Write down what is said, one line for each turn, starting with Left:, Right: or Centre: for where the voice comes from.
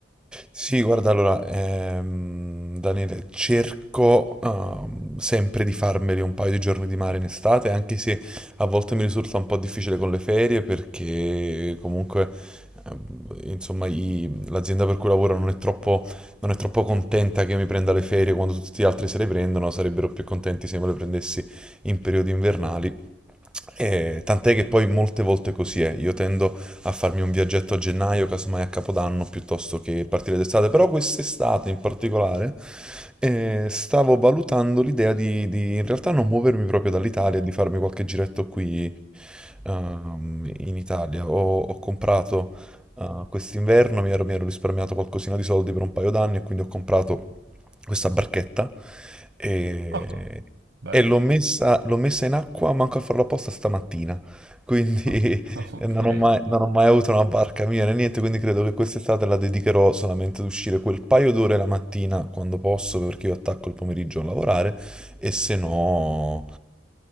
Centre: Sì, guarda, allora, ehm, Daniele, cerco ehm, sempre di farmeli un paio di giorni di mare in estate, anche se a volte mi risulta un po' difficile con le ferie perché comunque, ehm, insomma, i- l'azienda per cui lavoro non è troppo, non è troppo contenta che io mi prenda le ferie quando tutti gli altri se le prendono, sarebbero più contenti se me le prendessi in periodi invernali. E tant'è che poi molte volte così è, io tendo a farmi un viaggetto a gennaio, casomai a Capodanno, piuttosto che partire d'estate. Però quest'estate in particolare eh, stavo valutando l'idea di, di in realtà non muovermi proprio dall'Italia, e di farmi qualche giretto qui ehm, in Italia. Ho, ho comprato eh, quest'inverno, mi ero, mi ero risparmiato qualcosina di soldi per un paio d'anni e quindi ho comprato questa barchetta e,
Right: Ah, bello.
Centre: e l'ho messa, l'ho messa in acqua, manco a farlo apposta stamattina. Quindi
Right: Ah, <laughs> Ok.
Centre: e non
Right: Eh,
Centre: ho mai, non ho mai avuto una barca mia né niente, quindi credo che quest'estate la dedicherò solamente ad uscire quel paio d'ore la mattina quando posso, perché io attacco il pomeriggio a lavorare, e se no,